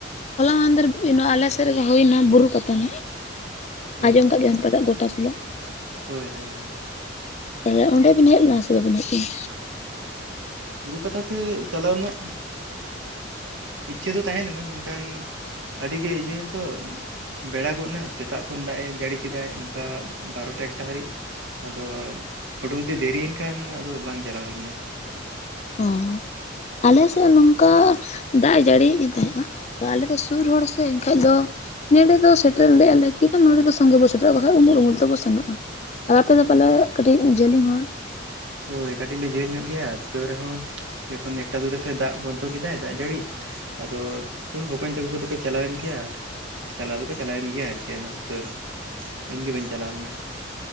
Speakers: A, on the left; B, on the right.
A: ᱦᱚᱞᱟ ᱢᱟᱸᱫᱷᱮᱨ ᱱᱚᱣᱟ ᱟᱞᱮᱥᱮᱫ ᱨᱮᱜᱮ ᱦᱩᱭ ᱱᱟ ᱵᱩᱨᱩ ᱯᱟᱛᱟ ᱱᱟᱜ
B: ᱦᱩᱸ
A: ᱟᱸᱡᱚᱢ ᱠᱟᱜ ᱜᱮᱭᱟᱢ ᱯᱟᱞᱮᱫ ᱜᱚᱴᱟ ᱥᱟᱞᱟᱜ
B: ᱦᱳᱭ ᱦᱳᱭ
A: ᱛᱟᱦᱚᱞᱮ ᱚᱸᱰᱮ ᱵᱤᱱ ᱦᱮᱡ ᱞᱮᱱᱟ ᱥᱮ ᱵᱟᱵᱤᱱ ᱦᱮᱡ ᱞᱮᱱᱟ
B: ᱵᱩᱨᱩ ᱯᱟᱛᱟ ᱥᱮ ᱪᱟᱞᱟᱣ ᱨᱮᱱᱟᱜ ᱤᱪᱪᱷᱟᱹ ᱫᱚ ᱛᱟᱦᱮᱸ ᱞᱮᱱᱟ ᱢᱮᱱ ᱠᱷᱟᱱ ᱟᱹᱰᱤ ᱜᱮ ᱤᱭᱟᱹ ᱮᱱ ᱛᱚ ᱵᱮᱲᱟ ᱜᱚᱫ ᱱᱟ ᱥᱮᱛᱟᱜ ᱠᱷᱚᱱ ᱫᱟᱜ ᱮ ᱡᱟᱹᱲᱤ ᱠᱮᱫᱟᱭ ᱚᱱᱠᱟ ᱵᱟᱨᱚᱴᱟ ᱮᱠᱴᱟ ᱦᱟᱹᱨᱤᱡ ᱟᱫᱚ ᱳᱰᱳᱨ ᱛᱮ ᱫᱮᱨᱤᱭᱮᱱ ᱠᱷᱟᱱ ᱟᱫᱚ ᱵᱟᱝ ᱪᱟᱞᱟᱣ ᱦᱩᱭ ᱞᱮᱱᱟ
A: ᱚᱸ ᱟᱞᱮ ᱥᱮᱫ ᱱᱚᱝᱠᱟ ᱫᱟᱜ ᱮ ᱡᱟᱹᱲᱤᱭᱮᱜ ᱛᱟᱦᱮᱸᱡᱼᱟ ᱟᱞᱮ ᱫᱚ ᱥᱩᱨ ᱦᱚᱲ ᱥᱮ ᱮᱱᱠᱷᱟᱡ ᱫᱚ ᱱᱚᱸᱰᱮ ᱫᱚ ᱥᱮᱴᱮᱨ ᱞᱮᱜ-ᱟ ᱞᱮ ᱠᱤ ᱵᱟ ᱱᱚᱸᱰᱮ ᱫᱚ ᱥᱚᱸᱜᱮ ᱵᱚ ᱥᱮᱴᱮᱨᱚᱜᱼᱟ ᱵᱟᱠᱷᱟᱡ ᱩᱢᱩᱞ ᱩᱢᱩᱞ ᱛᱮᱵᱚ ᱥᱮᱱᱚᱜᱼᱟ ᱟᱨ ᱟᱯᱮ ᱫᱚ ᱯᱟᱞᱮ ᱠᱟᱹᱴᱤᱡ ᱡᱮᱞᱮᱧ ᱦᱚᱨ
B: ᱦᱳᱭ ᱠᱟᱹᱴᱤᱡ ᱞᱮ ᱡᱷᱟᱹᱞ ᱧᱚᱜ ᱜᱮᱭᱟ ᱛᱟᱹᱣ ᱨᱮᱦᱚᱸ ᱡᱚᱠᱷᱚᱱ ᱮᱠᱴᱟ ᱫᱩᱴᱟ ᱥᱮᱫ ᱫᱟᱜ ᱵᱚᱱᱫᱚ ᱠᱮᱫᱟᱭ ᱫᱟᱜ ᱡᱟᱹᱲᱤ ᱟᱫᱚ ᱛᱟᱹᱣ ᱵᱚᱠᱚᱧ ᱛᱟᱠᱚ ᱫᱚᱠᱚ ᱪᱟᱞᱟᱣᱮᱱ ᱜᱮᱭᱟ ᱟᱨ ᱪᱟᱞᱟᱣ ᱫᱚᱠᱚ ᱪᱟᱞᱟᱣᱮᱱ ᱜᱮᱭᱟ ᱟᱨᱠᱤ ᱟᱫᱚ ᱛᱟᱹᱣ ᱨᱮᱦᱚᱸ ᱤᱧᱜᱮ ᱵᱟᱹᱧ ᱪᱟᱞᱟᱣ ᱞᱮᱱᱟ